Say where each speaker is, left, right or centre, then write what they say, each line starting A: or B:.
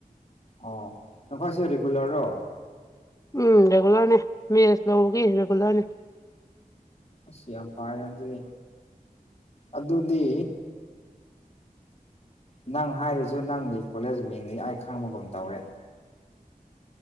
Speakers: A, on the left; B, on the left.
A: ꯑꯣ ꯅꯈꯣꯏꯁꯦ ꯔꯤꯒꯨꯂ꯭ꯔꯔꯣ
B: ꯎꯝ ꯔꯦꯒꯨꯂꯔꯅꯦ ꯃꯦꯁ ꯂꯧꯒꯤ ꯔꯦꯒꯨꯂꯔꯅꯦ
A: ꯑꯁ ꯌꯥꯝ ꯐꯥꯏꯅ ꯑꯗꯨꯗꯤ ꯑꯗꯨꯗꯤ ꯅꯪ ꯍꯥꯏꯔꯤꯁꯨ ꯅꯪꯒꯤ ꯀꯣꯂꯦꯖ ꯃꯤꯡꯅꯤ ꯑꯩ ꯈꯪꯕꯒꯨꯝ ꯇꯧꯔꯦ